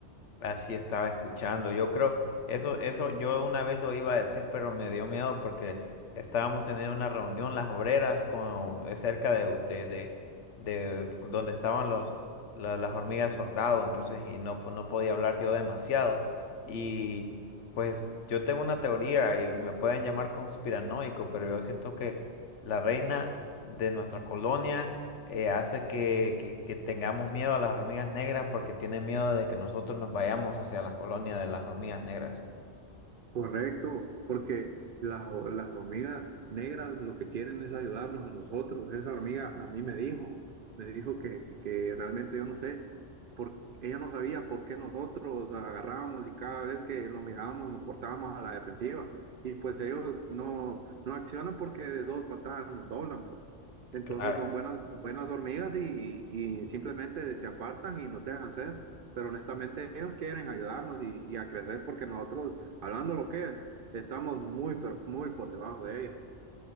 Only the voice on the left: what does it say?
Así estaba escuchando. Yo creo, eso, eso, yo una vez lo iba a decir, pero me dio miedo porque estábamos teniendo una reunión, las obreras, con, eh, cerca de, de, de, de donde estaban los, la- las hormigas soldado, entonces, y no, po- no podía hablar yo demasiado. Y pues yo tengo una teoría y me pueden llamar conspiranoico, pero yo siento que la reina de nuestra colonia eh, hace que, que- que tengamos miedo a las hormigas negras porque tienen miedo de que nosotros nos vayamos hacia las colonias de las hormigas negras.
Claro.